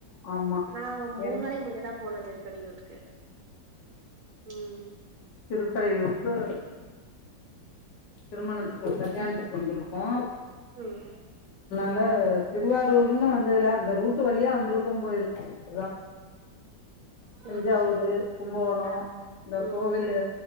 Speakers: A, on the left; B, on the right.
A: ஆமா
B: நா மூண்
A: என்
B: நாளைக்கு முன்னாடி தா போன திருக்கடையூருக்கு ம்
A: திருக்கரையூருக்கு திருமணத்துக்கு கல்யாணத்துக்கு வந்துருக்கோ
B: ம்
A: ல்ல திருவாரூர்ன்னா வந்ததுல்ல அந்த ரூட் ரூட் வழியா வந்துருக்கோம் போயிருக்கோ ர
B: சேரி
A: தஞ்சாவூரு
B: சேரி
A: கும்பகோணோ
B: ஆ
A: இந்த
B: ம்
A: கோவில்லு